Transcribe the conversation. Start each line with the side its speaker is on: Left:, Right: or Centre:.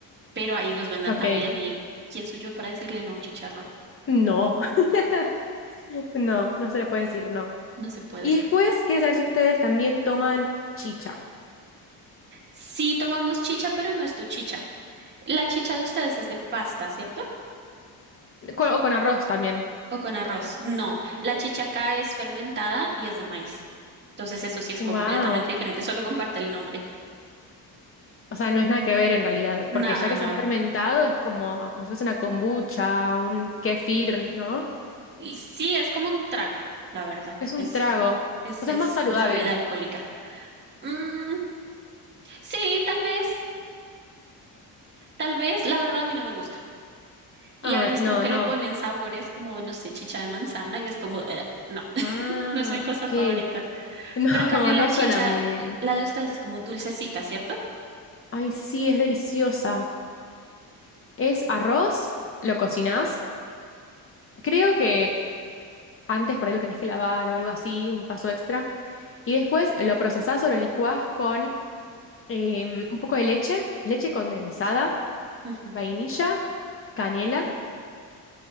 Right: pero ahí los venden
Left: ok,
Right: también y ¿quién soy yo para decirle no a un chicharrón?
Left: no. <laughs> No, no se le puede decir no.
Right: No se puede.
Left: Y después, quiero saber si ustedes también toman chicha.
Right: Sí tomamos chicha, pero no es tu chicha. La chicha de ustedes es de pasta, ¿cierto?
Left: Con- o con arroz también.
Right: ¿O con arroz? No, la chicha acá es fermentada y es de maíz. Entonces eso sí es
Left: Wow.
Right: completamente diferente, solo comparte el nombre.
Left: O sea, no es nada que ver en realidad,
Right: Nada,
Left: porque ya que
Right: no.
Left: se ha fermentado es como, como si fuese una kombucha, un kefir, ¿no?
Right: Y sí, es como un trago, la verdad.
Left: Es
Right: Es,
Left: un trago.
Right: es,
Left: O
Right: es
Left: sea, es más saludable.
Right: una bebida alcohólica. Mm, sí, tal vez, tal vez, la verdad a mí no me gusta. Y
Left: Ah,
Right: a veces
Left: no,
Right: como que
Left: no.
Right: le ponen sabores como, no sé, chicha de manzana y es como, "Eh, no, <laughs>
Left: Ah,
Right: no es mi cosa
Left: ok.
Right: favorita.
Left: <laughs> No,
Right: Pero en cambio la
Left: no
Right: chicha,
Left: suena muy bien.
Right: la de ustedes es como dulcecita, ¿cierto?
Left: Ay, sí, es deliciosa. Es arroz, lo cocinás. Creo que antes por ahí lo tenés que lavar o algo así, un paso extra. Y después lo procesás o lo licuás con em, un poco de leche, leche condensada
Right: Ujú,
Left: vainilla, canela